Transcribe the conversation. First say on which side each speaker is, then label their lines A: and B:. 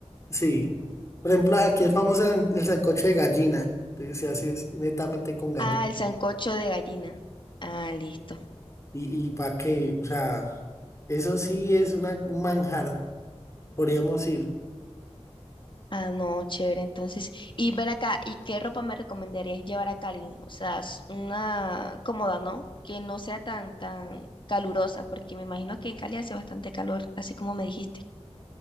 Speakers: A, on the left; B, on the left.
A: Sí. Por ejemplo, aquí es famoso el el sancocho de gallina. Entonces se hace es netamente con gallina.
B: Ah, el sancocho de gallina. Ah, listo.
A: Y, y para qué, o sea, eso sí es una, un manjar. Podríamos ir.
B: Ah, no, chévere. Entonces, y ven acá, ¿y qué ropa me recomendarías llevar a Cali? O sea, s- una cómoda, ¿no? Que no sea tan, tan calurosa, porque me imagino que en Cali hace bastante calor, así como me dijiste.